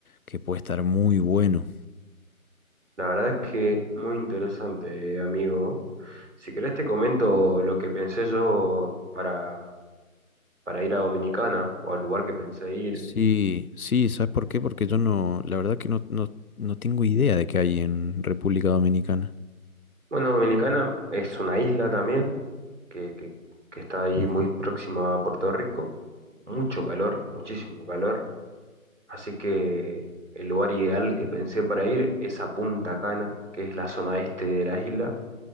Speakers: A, on the left; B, on the right.
A: que puede estar muy bueno.
B: La verdad es que muy interesante, amigo. Si querés te comento lo que pensé yo para, para ir a Dominicana o al lugar que pensé ir.
A: Sí, sí, ¿sabes por qué? Porque yo no, la verdad que no, no, no tengo idea de qué hay en República Dominicana.
B: Bueno, Dominicana es una isla también que, que, que está ahí
A: Ujú.
B: muy próxima a Puerto Rico. Mucho calor, muchísimo calor. Así que el lugar ideal que pensé para ir es a Punta Cana, que es la zona este de la isla,